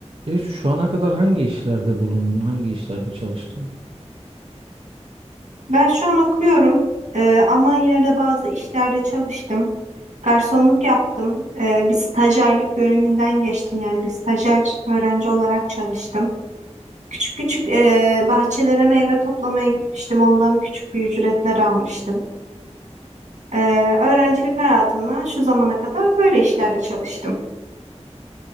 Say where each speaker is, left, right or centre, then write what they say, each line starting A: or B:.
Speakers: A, on the right; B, on the right.
A: E, şu ana kadar hangi işlerde bulundun? Hangi işlerde çalıştın?
B: Ben şu an okuyorum Ee, ama yine de bazı işlerde çalıştım. Garsonluk yaptım. Ee, bir stajyerlik döneminden geçtim. Yani bir stajyer öğrenci olarak çalıştım. Küçük küçük ee, bahçelere meyve toplamaya gitmiştim. Ondan küçük bir ücretler almıştım. Ee, öğrencilik hayatımda şu zamana kadar böyle işlerde çalıştım.